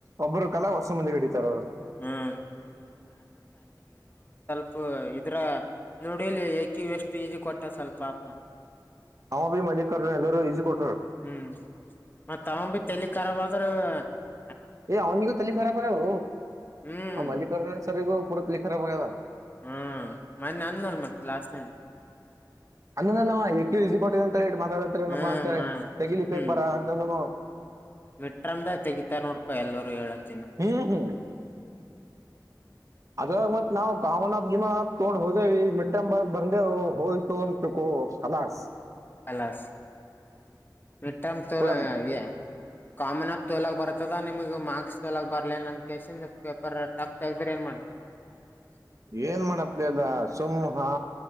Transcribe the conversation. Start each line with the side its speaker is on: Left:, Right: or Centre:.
Right: ಒಬ್ಬರು. ಕಲ ಹೊಸ ಮುಂದಿ ಹಿಡಿತಾರ ಅವರು
Left: ಹ್ಮ್ ಇ ಇದ್ರ ನೋಡಿಲಿ ಯಏಕೆ ಎಷ್ಟು ೀಜ ಕೊಟ್ಟ ಸ್ವಲ್ಪಾಪ
Right: ಅವರ ಹಾ ಬಿ ಮಲ್ಲಿಕಾರ್ಜುನ ಎಲ್ಲರು ಈಸಿ ಕೊಡ್ರ್
Left: ಹ್ಮ್ ಮತ್ತ ಅವ ಬಿ ತೆಲಿಕರವಾಗ <unintelligible> ಅವ <unintelligible>
Right: ಎಏ ಅನಿಗ ತಲ್ಲಿ ಕರಪರ ಹ
Left: ಹ್ಮ್
Right: ಅಮಲ್ಲಿ ಕರ ಸರಿಗ <unintelligible> ಪತ್ಲ್ಲಿಖರ ಬ <unintelligible>
Left: ಹ್ಮ್ ಮನ್ನೆ ಅಂದ್ನಲ್ ಮತ್ ಲಾಸ್ಟ್ ನಲ್ಲಿ
Right: ಅಂದನಲ್ಲ ಯಕಿ ಕೊಟ್ಟಿದ ಅಂತ ಮಾತಾಡತಏನಪ್ಪಾ
Left: ಹ್ಮ್
Right: ಅಂತ
Left: ಮಾ
Right: ತೆಗಲಿ ಪೇಪರ್
Left: ಹ್ಮ್
Right: ಅಂತ <unintelligible>
Left: ಮಿಟ್ರಮ್ದ ತಗೀಿತಾ ನೋಡ್ಪ ಎಲ್ಲರೂ ಹೇಳತ್ತ
Right: ಹ್ಮ್ ಹ್ಮ್ <unintelligible> ಅದಾಗ ಮತ್ ನಾವವು ಕಾಮನಬ್ ಜಿಮಾ ತಗೊಂಡ್ ಹೋದೇವಿ ಮಿಟ್ಟ ಬಂದೆವು ಹೋಯ್ತು ಅಂತಕೋ ಕಲಾಸ್
Left: ಅಲಸ್ ಎಟಾಮ ತೋಲ
Right: ಪೂರ
Left: ಆ ಕಾಮನ <unintelligible> ತೊಲಗ ಬರ್ತದ ನಿಮಗ ಮಾರ್ಕ್ಸ್ ತೊಲಗ ಬರ್ಲ ನನ್ ಕೇಳ್ಸ ಪೇಪರ್ ಟಫ್ ತಗ್ದ್ರ ಏನ್ ಮಾಡ <unintelligible>
Right: ಏನ್ ಮಾಡಪ್ಲಿ ಅದ ಸುಮ್ ಹಾ